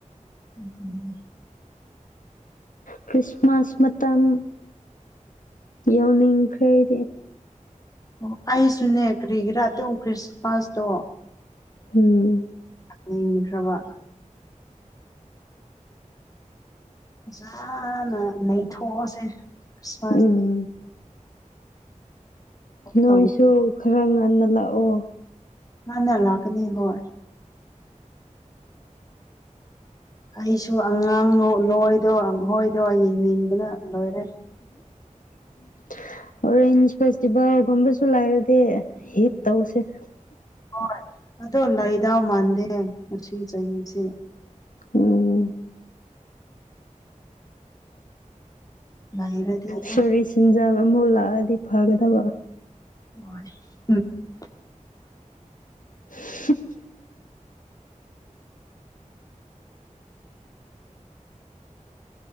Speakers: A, on the left; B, on the left.
A: ꯑꯗꯨꯅꯦ
B: ꯈ꯭ꯔꯤꯁꯃꯥꯁ ꯃꯇꯝ ꯌꯧꯅꯤꯡꯈ꯭ꯔꯦꯗꯤ
A: ꯑꯣ ꯑꯩꯁꯨꯅꯦ ꯀꯔꯤꯒꯤꯔꯥ ꯑꯗꯨꯝ ꯈ꯭ꯔꯤꯁꯃꯥꯁꯇꯣ
B: ꯎꯝ
A: ꯃꯤꯈ꯭ꯔꯕ ꯐꯖꯥꯅ ꯅꯩꯊꯣꯛꯑꯥꯁꯦ
B: ꯎꯝ ꯅꯣꯏꯁꯨ
A: ꯇꯧ
B: ꯈꯔ ꯉꯟꯅ ꯂꯥꯛꯑꯣ
A: ꯉꯅꯥ ꯂꯛꯀꯥꯅꯤ ꯍꯣꯏ ꯑꯩꯁꯨ ꯑꯉꯥꯡ ꯂꯣꯏꯗꯣ ꯈꯣꯏꯗꯣ ꯌꯦꯡꯅꯤꯡꯕꯅ ꯂꯣꯏꯔꯦ
B: <unintelligible> ꯑꯣꯔꯦꯟꯖ ꯐꯦꯁꯇꯤꯚꯦꯜꯒꯨꯝꯕꯁꯨ ꯂꯩꯥꯏꯔꯗꯤ ꯍꯤꯠ ꯇꯧꯁꯦ
A: ꯍꯣꯏ ꯑꯗꯣ ꯂꯥꯏꯗꯥꯎ ꯃꯥꯟꯗꯦ ꯉꯁꯤ ꯆꯍꯤꯁꯦ
B: ꯎꯝ
A: ꯂꯩꯔꯗꯤ
B: ꯁꯣꯔꯤ
A: ꯑ
B: ꯁꯦꯟꯖꯥꯝ ꯑꯃꯨꯛ ꯂꯥꯛꯑꯗꯤ ꯐꯒꯗꯕ
A: <unintelligible>
B: <inaudible>